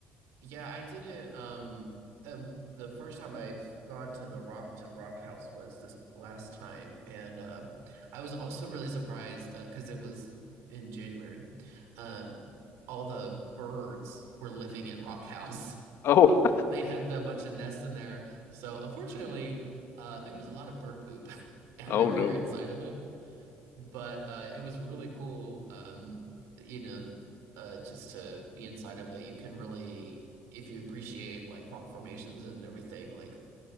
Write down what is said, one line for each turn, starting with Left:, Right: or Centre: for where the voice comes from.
Right: Yeah, I didn't um uh, the first time I've gone to the Rock to Rock House was this last time and uh I was also really surprised uh, 'cause it was in January. Um all the birds were living in Rock House. <laughs>
Left: Oh, <laughs>
Right: They had a bunch of nests in there. So unfortunately, uh there was a lot of bird poop <laughs> everywhere
Left: oh no.
Right: inside of it. but uh, it was really cool. Um, you know, uh, just to be inside of it, you can really, if you appreciate like rock formations and everything, like